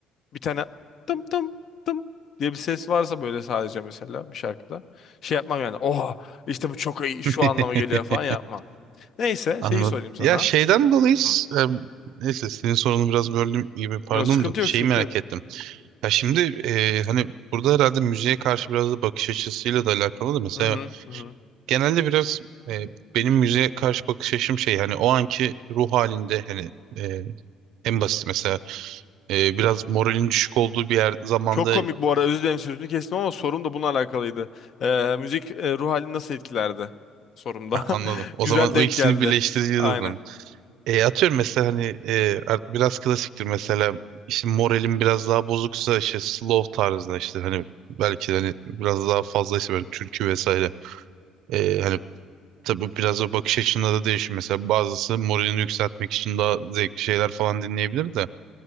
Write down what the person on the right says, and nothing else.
<laughs>
Anladım.
Ya şeyden dolayı s-
em, neyse senin sorunu biraz böldüm gibi pardon
da şeyi
merak
ettim. Ya şimdi e, hani burada herhalde müziğe karşı biraz da bakış açısıyla da alakalı da mesela
genelde biraz e, benim müziğe karşı bakış açım şey hani o anki ruh halinde hani e, en basit mesela e, biraz moralin düşük olduğu bir yer zamanda
ha, anladım.
O
zaman
o ikisini
birleştireceğiz
o zaman. E, atıyorum mesela hani e, ar- biraz klasiktir mesela işte moralim biraz daha bozuksa işte slow tarzında işte hani belki de hani biraz daha fazla işte böyle türkü vesaire E, hani Tabii biraz o bakış açında da değişir. Mesela bazısı moralini yükseltmek için daha zevkli şeyler falan dinleyebilir de.